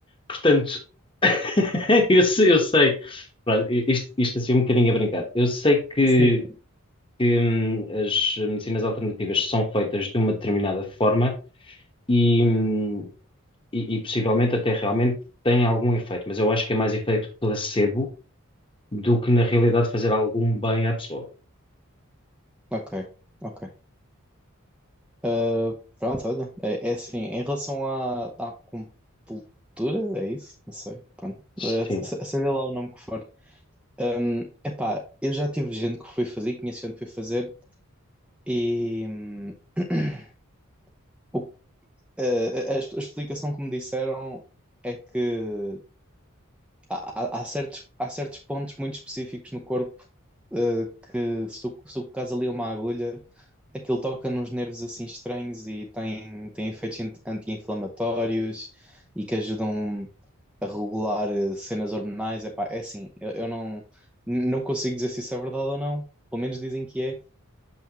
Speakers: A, on the left (about 25°); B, in the centre.
A: Portanto, <laughs> eu, sei, eu sei- pronto, isto, isto assim um bocadinho a brincar. Eu sei que,
B: sim, sim.
A: que, hum, as medicinas alternativas são feitas de uma determinada forma e, hum, e, e possivelmente até realmente têm algum efeito, mas eu acho que é mais efeito placebo do que na realidade fazer algum bem à pessoa.
B: Ok, ok. Ah, pronto, olha. É, é assim, em relação à, à compultura, é isso? Não sei, pronto.
A: Sim,
B: Ah, se- seja lá o nome que for. Hum, epá, eu já tive gente que foi fazer, conheci gente que foi fazer e hum, <clears throat> o- uh, a, a- a explicação que me disseram é que há, há- há certos, há certos pontos muito específicos no corpo, eh, que se tu, se tu colocares ali uma agulha, aquilo toca nos nervos assim estranhos e tem, tem efeitos anti- anti-inflamatórios e que ajudam a regular eh, cenas hormonais. Epá, é assim, eu, eu não, não consigo dizer se isso é verdade ou não, pelo menos dizem que é.